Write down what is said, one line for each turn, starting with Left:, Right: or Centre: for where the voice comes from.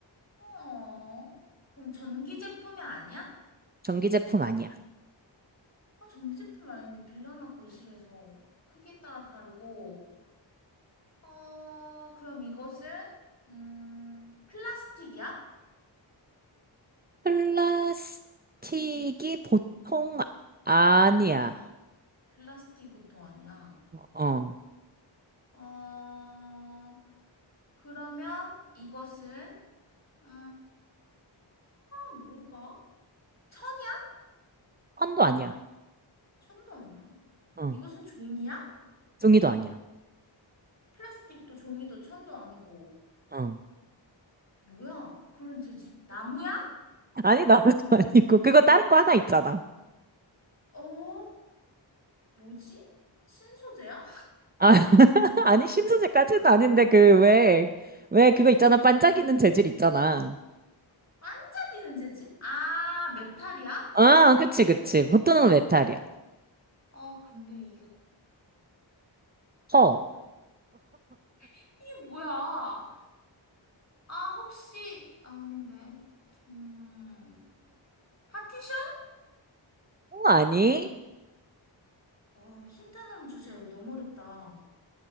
Left: 어, 그럼 전기 제품이 아니야?
Right: 전기 제품 아니야.
Left: 아, 전기 제품 아닌데 빌라나 거실에서 크기에 따라 다르고, 어, 그럼 이것은, 음, 플라스틱이야?
Right: 플라스틱이 보통 아니야.
Left: 플라스틱 보통 아니야.
Right: 어,
Left: 어, 그러면 이것은, 음, 아, 뭘까? 천이야?
Right: 헌도 아니야.
Left: 천도 아니야.
Right: 어,
Left: 이것은 종이야?
Right: 종이도 아니야.
Left: 플라스틱도 종이도 천도 아니고,
Right: 어.
Left: 뭐야? 그런 재질, 나무야?
Right: 아니, 나도 <laughs> 아니고. 그거 다른 거 하나 있잖아.
Left: 어? 뭐지? 신소재야?
Right: 아, <laughs> 아니, 신소재까지는 아닌데, 그, 왜, 왜
Left: 어.
Right: 그거 있잖아. 반짝이는 재질 있잖아.
Left: 반짝이는 재질? 아, 메탈이야?
Right: 아, 그치, 그치. 보통은 메탈이야.
Left: 아, 근데 이게,
Right: 허. 어,
Left: 이게 뭐야? 아, 혹시, 아, 아닌데. 음, 파티션?
Right: 아니?
Left: 아, 힌트 하나만 주세요. 이거 너무 어렵다.